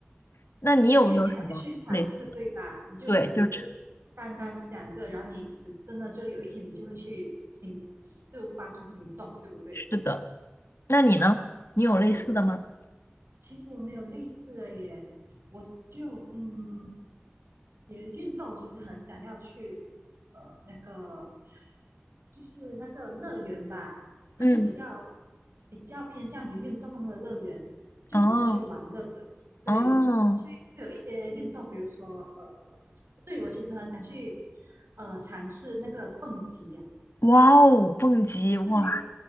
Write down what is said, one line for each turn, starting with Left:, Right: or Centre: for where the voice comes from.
Left: <laughs> 那你有没有什么类似？
Right: 而且你还会去尝试，对吧？你就不只是
Left: 对，就是
Right: 单单想着，然后你只真的就有一天你就会去行，就发出行动，对不对？
Left: 吃的。那你呢？
Right: 哇，
Left: 你有类似的吗？
Right: 羡慕。其实我没有类似的耶，我就嗯，也运动，其实很想要去呃那个就是那个乐园吧，它就比较
Left: 嗯，
Right: 比较偏向于运动的乐园，就不是去玩乐的。
Left: 哦，
Right: 对，
Left: 哦，
Right: 就会有一些运动，比如说呃，对我其实很想去呃尝试那个蹦极呀、
Left: 哇哦，蹦极，
Right: <laughs>
Left: 哇，
Right: 对，